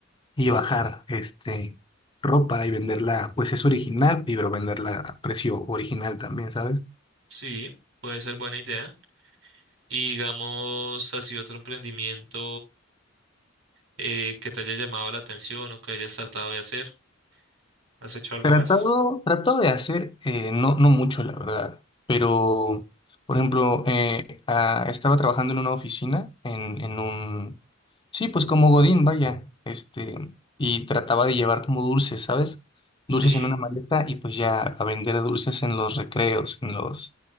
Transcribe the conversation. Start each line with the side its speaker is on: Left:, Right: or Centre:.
Left: y bajar este, ropa y venderla, pues es original, pero venderla a precio original también, ¿sabes?
Right: sí, puede ser buena idea. Y digamos, así otro emprendimiento eh, que te haya llamado la atención o que hayas tratado de hacer. ¿Has hecho algo
Left: Tratado,
Right: más?
Left: tratado de hacer, eh, no, no mucho, la verdad, pero, por ejemplo, eh, ah, estaba trabajando en una oficina, en, en un, sí, pues como Godín, vaya, este, y trataba de llevar como dulces, ¿sabes?
Right: Sí,
Left: Dulces en una maleta y pues ya a vender dulces en los recreos, en los,